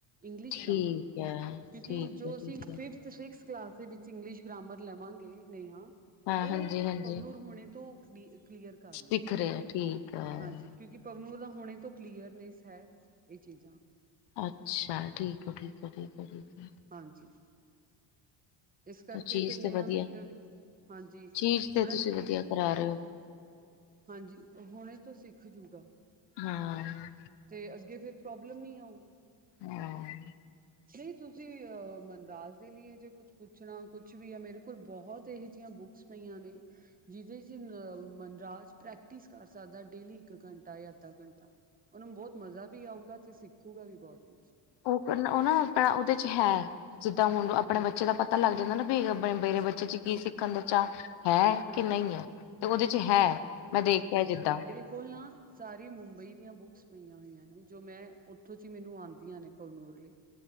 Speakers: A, on the right; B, on the left.
A: ਇੰਗਲਿਸ਼
B: ਠੀਕ
A: ਗ੍ਰਾਮਰ
B: ਹੈ
A: ਕਿਉਂਕਿ
B: ਠੀਕ
A: ਜੋ
B: ਹੈ
A: ਅਸੀਂ
B: ਠੀਕ ਹੈ
A: ਫਿਫਥ ਫਿਜਿਕ ਕਲਾਸ ਦੇ ਵਿੱਚ ਇੰਗਲਿਸ਼ ਗ੍ਰਾਮਰ ਲਵਾਂਗੇ ਨੇਹਾ
B: ਹਾਂ
A: ਉਹ
B: ਹਾਂਜੀ ਹਾਂਜੀ
A: ਪਵਨੂਰ ਹੋਣੇ ਤੋਂ ਨੀਟ ਕਲੀਅਰ ਕਰ ਲਓ
B: ਦਿਖ ਰਿਹਾ ਠੀਕ ਹੈ
A: ਹਾਂਜੀ ਕਿਉਂਕਿ ਪਵਨੂਰ ਦਾ ਹੁਣੇ ਤੋ ਕਲੀਅਰ ਨੇ ਹੈ ਏ ਚੀਜ਼ਾਂ
B: ਅੱਛਾ, ਠੀਕ ਏ, ਠੀਕ ਏ, ਠੀਕ ਏ, ਠੀਕ ਏ
A: ਹਾਂਜੀ ਇਸ ਕਰਕੇ
B: ਚੀਜ਼
A: ਫਿਰ ਨੇਹਾ
B: ਤੇ ਵਧੀਆ
A: ਮੈਂ
B: ਹੈ
A: ਕਿਹਾ ਵੀ ਹਾਂਜੀ
B: ਚੀਜ਼
A: ਥੋੜਾ
B: ਤੇ ਤੁਸੀਂ
A: ਜਿਹਾ
B: ਵਧੀਆ ਜਾ ਰਹੇ ਓ
A: ਹਾਂਜੀ, ਹੁਣੇ ਤੋਂ ਸਿੱਖ ਜੂਗਾ।
B: ਹਾਂ
A: ਤੇ ਅੱਗੇ ਫਿਰ ਪ੍ਰੋਬਲਮ ਨੀ ਆਊਗੀ।
B: ਹਾਂ
A: ਨਈ, ਤੁਸੀਂ ਆ ਮਨਰਾਜ ਦੇ ਲਿਏ ਜੇ ਕੁਛ ਪੁੱਛਣਾ, ਕੁਛ ਵੀ ਯਾ ਮੇਰੇ ਕੋਲ ਬੋਤ ਏਹੀ ਜਿਆਂ ਬੁੱਕਸ ਪਈਆਂ ਨੇ ਜਿਹਦੇ ਚ ਮਨਰਾਜ ਪ੍ਰੈਕਟਿਸ ਕਰ ਸਕਦਾ, ਡੇਲੀ ਇੱਕ ਘੰਟਾ ਯਾ ਅੱਧਾ ਘੰਟ ਉਹਨੂੰ ਬੋਤ ਮਜ਼ਾ ਵੀ ਆਊਗਾ ਤੇ ਸਿੱਖੂਗਾ ਵੀ ਬੋਤ ਕੁਛ
B: ਓਪਨ ਓ ਨਾ ਓਦੇ ਚ ਹੈ ਸਿੱਟਾ ਮੂੰਹ ਆਪਣੇ
A: ਹਮ
B: ਬੱਚੇ ਦਾ ਪਤ ਪਤਾ ਲੱਗ ਜਾਂਦਾ ਨਾ, ਬੀ ਮੇਰੇ ਬੱਚੇ ਚ ਕੀ ਸਿੱਖਨ ਦਾ ਚਾ ਹੈ
A: ਹਮ
B: ਕੇ ਨਈ ਐ। ਤੇ ਓਦੇ ਚ ਹੈ ਮੈਂ ਦੇਖ ਲਿਆ ਜਿੱਦਾਂ
A: ਕੋਲਾਂ ਸਾਰੀ ਮੁੰਬਈ ਦੀਆਂ ਬੁੱਕਸ ਪਈਆਂ ਹੋਈਆਂ ਨੇ ਜੋ ਮੈਂ ਓਥੋਂ ਚ ਮੈਨੂੰ ਆਂਦੀਆਂ ਨੇ ਪਵਨੂਰ ਲਈ।